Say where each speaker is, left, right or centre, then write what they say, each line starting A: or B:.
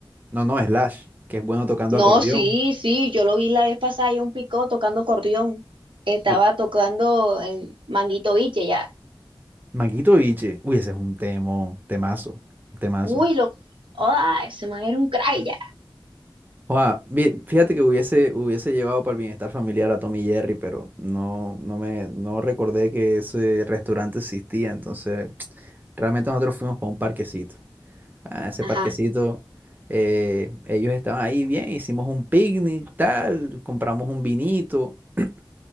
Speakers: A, on the right (about 20°); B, on the right (about 75°).
A: No, no, Slash, que es bueno tocando
B: No,
A: acordeón.
B: sí, sí, yo lo vi la vez pasada y un picó tocando corrión. Estaba
A: Lo-
B: tocando en Manguito Biche ya.
A: Manguito Biche, uy, ese es un temo, temazo, temazo.
B: Uy, lo. ¡Ah! ese man era un cray ya.
A: Oa, bien, fíjate que hubiese, hubiese llevado para el bienestar familiar a Tommy Jerry, pero no, no me, no recordé que ese restaurante existía, entonces. Realmente nosotros fuimos para un parquecito. A ese
B: Ajá.
A: parquecito, eh, ellos estaban ahí bien, hicimos un picnic, tal, compramos un vinito. <clears throat>